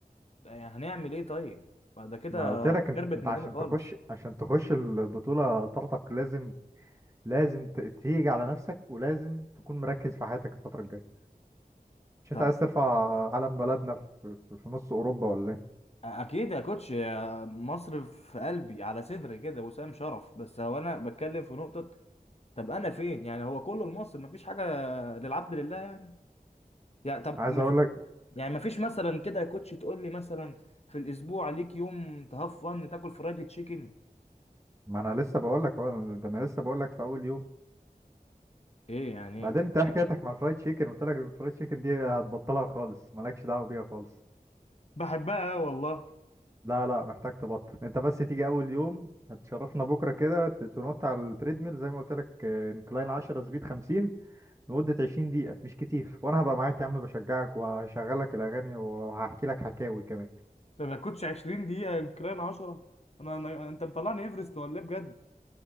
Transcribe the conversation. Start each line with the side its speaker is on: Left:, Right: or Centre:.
Left: يعني هنعمل ايه طيب بعد كده
Right: ما انا قلت لك انت
Left: خربت
Right: انت
Left: مننا
Right: عشان
Left: خالص
Right: تخش عشان تخش البطوله طارتك لازم لازم ت- تيجي على نفسك ولازم تكون مركز في حياتك الفتره الجايه مش
Left: طب
Right: انت عايز ترفع علم بلدنا في, في, في نص اوروبا ولا ايه
Left: اكيد يا كوتش يا مصر في قلبي على صدري كده وسام شرف بس هو انا بتكلم في نقطة طب انا فين يعني هو كله لمصر مفيش حاجة للعبد لله يعني يعني طب
Right: عايز
Left: مف...
Right: اقول لك
Left: يعني مفيش مثلا كده يا كوتش تقول لي مثلا في الاسبوع ليك يوم تهفن تاكل فرايدي تشيكن
Right: ما انا لسه بقول لك اهو ده انا لسه بقول لك في اول يوم
Left: ايه يعني
Right: بعدين
Left: ايه
Right: انت إيه حكايتك مع الفرايد تشيكن قلت لك الفرايد تشيكن دي هتبطلها خالص مالكش دعوه بيها خالص
Left: بحبها والله
Right: لا لا محتاج تبطل انت بس تيجي اول يوم هتشرفنا بكره كده ت- تنط على التريدميل زي ما قلت لك آه، انكلاين 10 سبيد 50 لمده 20 دقيقه مش كتير وانا هبقى معاك يا عم بشجعك وهشغلك الاغاني وهحكي لك حكاوي كمان
Left: ده ما كنتش 20 دقيقة يمكن أنا 10 أنا أنا أنت مطلعني إيفرست ولا إيه بجد؟